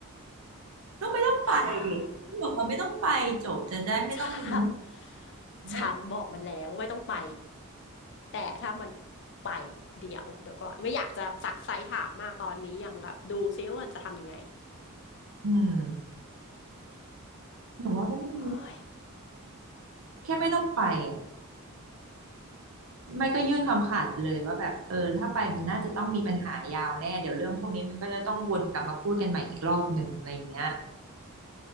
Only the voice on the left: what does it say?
<sighs> ฉัน
ฉันบอกมันแล้วว่าไม่ต้องไปแต่ถ้ามันไปเดี๋ยวเดี๋ยวก่อนไม่อยากจะซักไซส์ถามมากตอนนี้ยังแบบดูซิว่ามันจะทำยังไง
โอ้ย